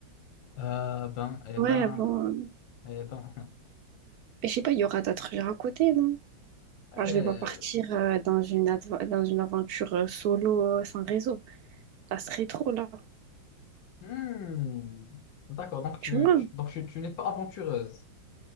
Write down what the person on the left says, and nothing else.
Euh, ben, eh
ben,
eh ben. <laughs>
euh,
hmm. D'accord, donc tu,
tu- donc tu, tu n'es pas aventureuse.